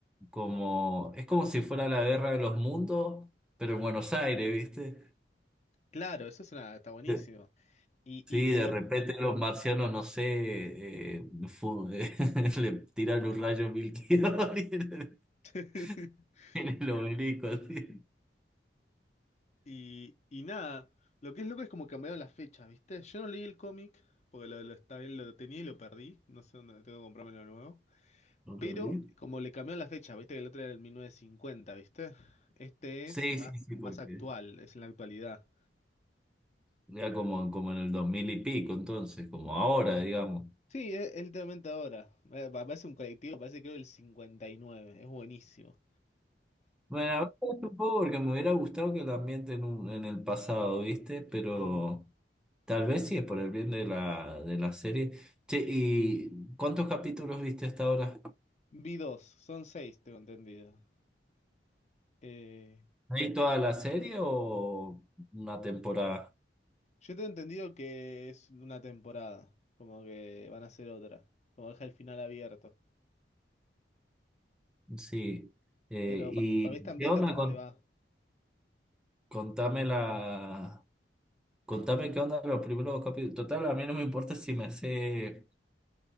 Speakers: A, in the centre; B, on the left.
A: como, es como si fuera la guerra de los mundos, pero en Buenos Aires, ¿viste?
B: Claro, eso es una, está buenísimo.
A: De-
B: Y,
A: Sí,
B: y pero
A: de repente los marcianos, no sé, eh, fu- <laughs> le tiran un rayo mil kilómetros
B: <laughs>
A: <laughs> en el obelisco, así.
B: y, y nada, lo que es loco es como cambiaron las fechas, ¿viste? Yo no leí el cómic, porque lo, lo, está bien, lo tenía y lo perdí, no sé dónde tengo que comprármelo de nuevo.
A: ¿Entendí?
B: Pero como le cambió la fecha, viste que el otro era el 1950, ¿viste? Este
A: Sí,
B: es más,
A: sí, sí, porque
B: más actual, es en la actualidad.
A: ya como, como en el dos mil y pico, entonces, como ahora, digamos.
B: Sí, es, es literalmente ahora. Eh, pa- Parece un colectivo, parece creo el 59, es buenísimo.
A: Bueno, a veces un poco porque me hubiera gustado que el ambiente en, un- en el pasado, ¿viste? Pero
B: Mm,
A: tal vez sí es por el bien de la, de la serie. Che, ¿y cuántos capítulos viste hasta ahora?
B: Vi dos, son seis, tengo entendido. Eh,
A: ¿Hay toda la serie o una temporada?
B: yo tengo entendido que es una temporada, como que van a hacer otra, como deja el final abierto.
A: Sí. Eh,
B: Pero
A: ¿y
B: para mí están
A: qué
B: viendo
A: onda
B: cómo
A: con,
B: le va.
A: contame la, contame qué onda los primeros capítulos? Total, a mí no me importa si me sé